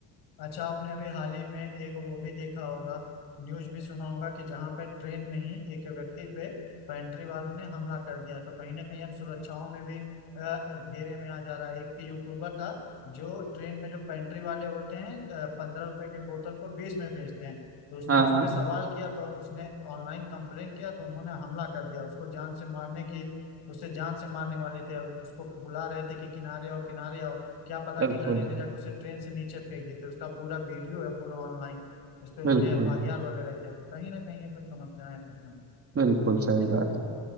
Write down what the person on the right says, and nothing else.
हाँ
हाँ
बिल्कुल
बिल्कुल
बिल्कुल सही
बात
है